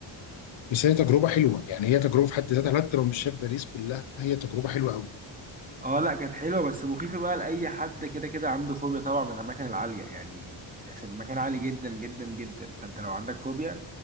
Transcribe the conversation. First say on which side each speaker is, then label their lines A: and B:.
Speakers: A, on the left (about 70°); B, on the right (about 15°).
A: بس هي تجربه حلوه يعني هي تجربه في حد ذاتها حتى لو مش شايف باريس بالله هي تجربه حلوه قوي
B: اه لا كانت حلوة بس مخيفة بقى لأي حد كده كده عنده فوبيا طبعا من الأماكن العالية يعني عشان المكان عالي جدا جدا جدا فانت لو عندك فوبيا